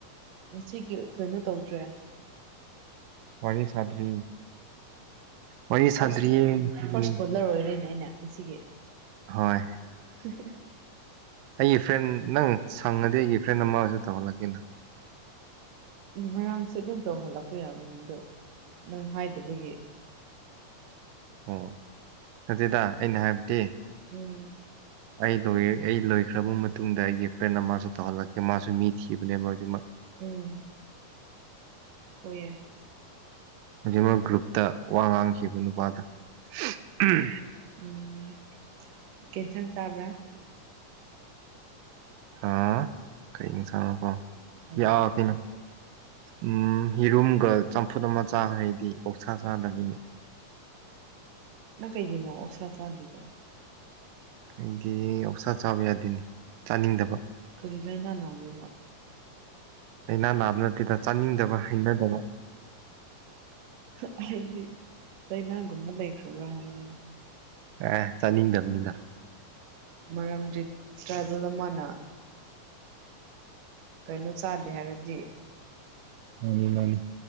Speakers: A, on the right (about 65°); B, on the right (about 85°).
A: ꯉꯁꯤꯒꯤ ꯀꯩꯅꯣ ꯇꯧꯗ꯭ꯔꯦ
B: ꯋꯥꯔꯤ ꯁꯥꯗ꯭ꯔꯤ ꯋꯥꯔꯤ ꯁꯥꯗ꯭ꯔꯤꯌꯦ
A: ꯐ꯭ꯔꯥꯁ
B: ꯎꯝ
A: ꯐ꯭ꯔꯥꯁ ꯀꯣꯂꯔ ꯑꯣꯏꯔꯤꯅꯦ ꯑꯩꯅ ꯉꯁꯤꯒꯤ
B: ꯍꯣꯏ
A: ꯍꯥ ꯍꯥ
B: ꯑꯩꯒꯤ ꯐ꯭ꯔꯦꯟ ꯅꯪ ꯁꯪꯉꯗꯤ ꯑꯩꯒꯤ ꯐ꯭ꯔꯦꯟ ꯑꯃꯁꯨ ꯇꯧꯍꯜꯂꯛꯀꯦꯅ
A: ꯎꯨꯝ ꯉꯔꯥꯡꯁꯨ ꯑꯗꯨꯝ ꯇꯧꯍꯜꯂꯛꯄ ꯌꯥꯕꯅꯦ ꯑꯗꯣ ꯅꯪ ꯍꯥꯏꯗꯕꯒꯤ
B: ꯑꯣ ꯅꯠꯇꯦꯗ ꯑꯩꯅ ꯍꯥꯏꯕꯗꯤ
A: ꯎꯨꯝ
B: ꯑꯩ ꯂꯣꯏ ꯑꯩ ꯂꯣꯏꯈ꯭ꯔꯕ ꯃꯇꯨꯡꯗ ꯑꯩꯒꯤ ꯐ꯭ꯔꯦꯟ ꯑꯃꯥꯁꯨ ꯇꯧꯍꯜꯂꯛꯀꯦ ꯃꯥꯁꯨ ꯃꯤ ꯊꯤꯕꯅꯦꯕ ꯍꯧꯖꯤꯛꯃꯛ
A: ꯎꯨꯝ ꯍꯣꯏꯌꯦ
B: ꯍꯧꯃꯛ ꯒ꯭ꯔꯨꯞꯇ ꯋꯥ ꯉꯥꯡꯈꯤꯕ ꯅꯨꯄꯥꯗꯨ ꯑꯝ
A: ꯎꯨ ꯀꯦꯟꯁꯥꯡ ꯆꯥꯕ꯭ꯔꯥ
B: ꯍꯥꯥ ꯀꯩ ꯏꯁꯥꯡꯅꯣꯀꯣ
A: ꯑꯌꯣ
B: ꯌꯥ ꯀꯩꯅꯣ ꯎꯝ ꯌꯦꯔꯨꯝꯒ ꯆꯝꯐꯨꯠ ꯑꯃ ꯆꯥꯈ꯭ꯔꯦ ꯑꯩꯗꯤ ꯑꯣꯛꯁꯥ ꯆꯥꯗꯕꯒꯤ
A: ꯅꯪ ꯀꯩꯒꯤꯅꯣ ꯑꯣꯛꯁꯥ ꯆꯥꯗ꯭ꯔꯤꯗꯣ
B: ꯑꯩꯗꯤ ꯑꯣꯛꯁꯥ ꯆꯥꯕ ꯌꯥꯗꯦꯅꯦ ꯆꯥꯅꯤꯡꯗꯕ
A: ꯀꯔꯤꯔꯥ ꯅꯪ <unintelligible>
B: ꯂꯩꯅꯥ ꯅꯥꯕ ꯅꯠꯇꯦꯗ ꯆꯥꯅꯤꯡꯗꯕ ꯍꯩꯅꯗꯕ
A: ꯑꯩꯗꯤ ꯂꯩꯅꯒꯨꯝꯕ ꯂꯩꯈ꯭ꯔꯕ꯭ꯔꯥ ꯍꯥꯏꯕꯅꯤꯗ
B: ꯑꯥ ꯆꯥꯅꯤꯡꯗꯕꯅꯤꯗ
A: ꯃꯔꯝꯗꯤ ꯇ꯭ꯔꯥꯏꯕꯦꯜ ꯑꯃꯅ ꯀꯩꯅꯣ ꯆꯥꯟꯗꯦ ꯍꯥꯏꯔꯗꯤ
B: ꯃꯥꯅꯤ ꯃꯥꯅꯤ